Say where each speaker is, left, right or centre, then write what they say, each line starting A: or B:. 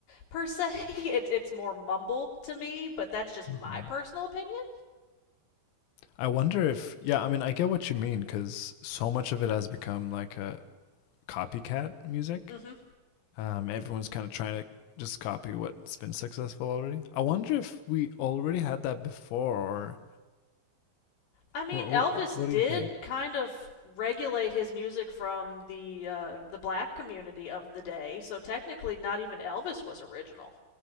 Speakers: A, on the left; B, on the left.
A: per se <laughs> it, it's more mumble to me but that's just
B: Mhm.
A: my personal opinion
B: I wonder if yeah, I mean, I get what you mean cuz so much of it has become like a copycat music.
A: hmm
B: Um, everyone's kind of trying to just copy what's been successful already. I wonder if we already had that before, or
A: I mean,
B: what?
A: Elvis
B: What, what do
A: did
B: you think?
A: kind of regulate his music from the uh, the black community of the day, so technically, not even Elvis was original.